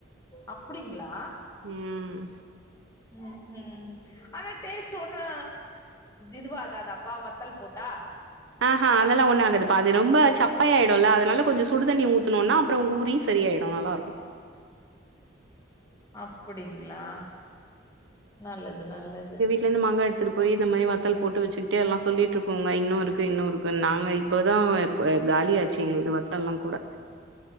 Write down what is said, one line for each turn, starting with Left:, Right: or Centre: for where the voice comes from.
Left: அப்டிங்களா
Right: ம்
Left: ம் ம் ஆனா டேஸ்ட் ஒண்ணு இதுவாகாதாப்பா வத்தல் போட்டா
Right: ஆ ஹ அதெல்லா ஒன்னு ஆகதுப்பா அது ரொம்ப சப்பய ஆயிடு இல்ல அதனால கொஞ்ச சுடுதண்ணி ஊத்துனம்னா அப்ற ஊரி சரியாயிடு நல்லாருக்கு
Left: அப்டிங்களா நல்லது நல்லது
Right: வீட்லந்து மாங்கா எடுத்துட்டு போய் இந்த மாரி வத்தல் போட்டு வச்சுக்கிட்டே எல்லா சொல்லிட்டு இருக்கோங்க இன்னு இருக்கு இன்னு இருக்கு நாங்க இப்போதா இப்ப காலியாச்சி வத்தெல்லா கூட